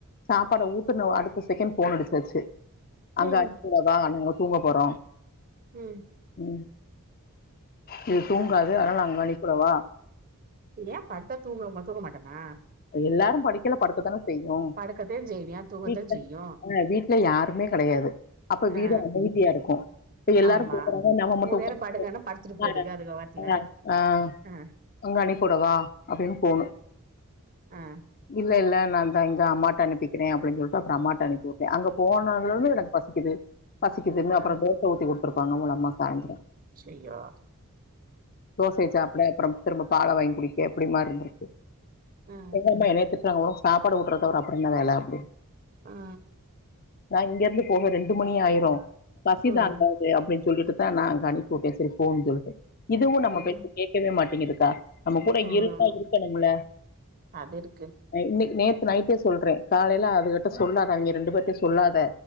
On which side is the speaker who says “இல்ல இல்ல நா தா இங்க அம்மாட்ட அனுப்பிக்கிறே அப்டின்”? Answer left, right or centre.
Left